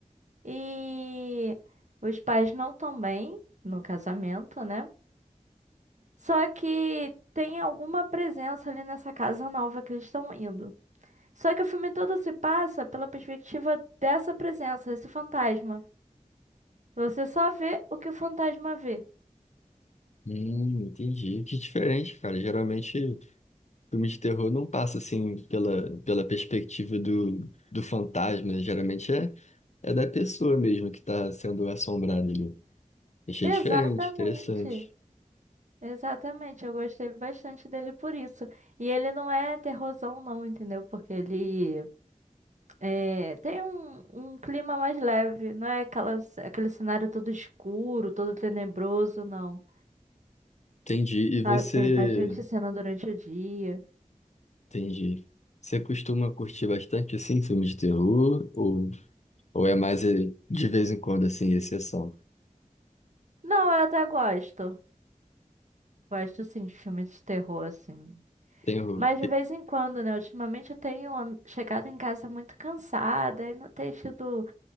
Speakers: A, on the right (about 65°); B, on the left (about 60°).
A: E os pais não estão bem no casamento, né? Só que tem alguma presença ali nessa casa nova que eles estão indo. Só que o filme todo se passa pela perspectiva dessa presença, desse fantasma. Você só vê o que o fantasma vê.
B: Hum, entendi. Que diferente, cara. Geralmente. Filme de terror não passa assim pela, pela perspectiva do, do fantasma, né? Geralmente é, é da pessoa mesmo que está sendo assombrada ali. Achei
A: Exatamente.
B: diferente, interessante.
A: Exatamente. Eu gostei bastante dele por isso. E ele não é terrorzão, não, entendeu? Porque ele É, tem um, um clima mais leve, não é aquelas, aquele cenário todo escuro, todo tenebroso, não.
B: Entendi. E você,
A: Ah, Tem bastante cena durante o dia.
B: entendi. Você costuma curtir bastante assim filmes de terror ou, ou é mais eh, de vez em quando assim, exceção?
A: Não, eu até gosto. Gosto sim de filmes de terror, assim.
B: Terror.
A: Mas de vez em quando, né? Ultimamente eu tenho an- chegado em casa muito cansada e não tenho tido